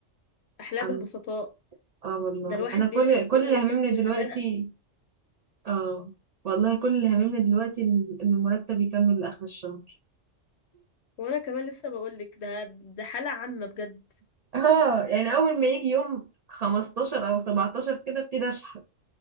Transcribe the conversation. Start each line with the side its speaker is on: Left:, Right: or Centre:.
Left: احلام
Right: أم-
Left: البسطاء
Right: اه والله
Left: ده الواحد
Right: انا
Left: بيدعي
Right: كل
Left: ربنا
Right: كل اللي
Left: يكمل
Right: هممني دلوقتي
Left: غداه
Right: اه والله كل اللي هممنا دلوقتي ان إن المرتب يكمل لاخر الشهر
Left: وانا كمان لسه بقولك ده ده حالة عامة بجد
Right: <laughs> اه يعني اول ما يجي يوم 15 او 17 كده ابتدي اشحن